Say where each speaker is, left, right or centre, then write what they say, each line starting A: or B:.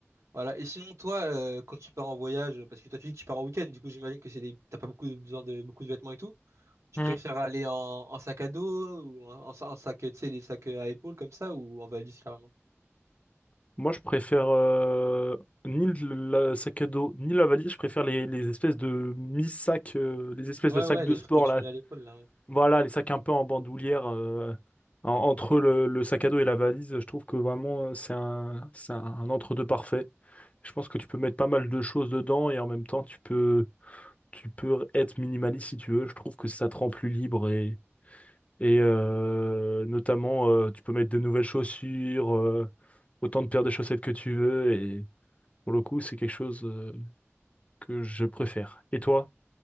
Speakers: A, on the right; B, on the left.
A: Voilà. Et sinon toi, euh, quand tu pars en voyage, parce que toi tu dis que tu pars en week-end, du coup j'imagine que c'est des t'as pas beaucoup besoin de beaucoup de vêtements et tout. Tu
B: Hmm.
A: préfères aller en, en sac à dos ou en, en sa- en sac, tu sais, les sacs à épaules comme ça ou en valise carrément?
B: Moi, je préfère euh, ni le la sac à dos, ni la valise, je préfère les, les espèces de mi-sac, euh, les espèces
A: Ouais,
B: de sacs
A: ouais,
B: de
A: les
B: sport
A: trucs que tu
B: là,
A: mets à l'épaule là.
B: Voilà, les sacs un peu en bandoulière, euh, en- entre le, le sac à dos et la valise, je trouve que vraiment euh, c'est un, c'est un, un entre-deux parfait. Je pense que tu peux mettre pas mal de choses dedans et en même temps tu peux, tu peux être minimaliste si tu veux. Je trouve que ça te rend plus libre et, et euh, notamment euh, tu peux mettre de nouvelles chaussures, euh, autant de paires de chaussettes que tu veux et pour le coup c'est quelque chose euh, que je préfère. Et toi?